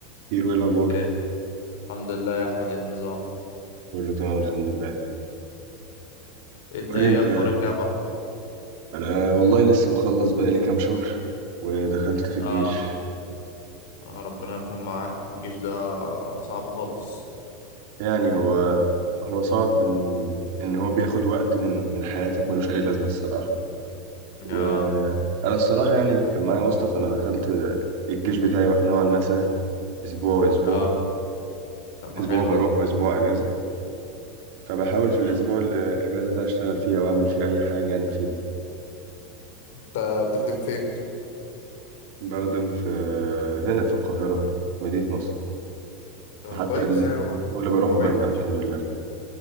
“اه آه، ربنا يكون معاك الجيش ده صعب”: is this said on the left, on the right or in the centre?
Left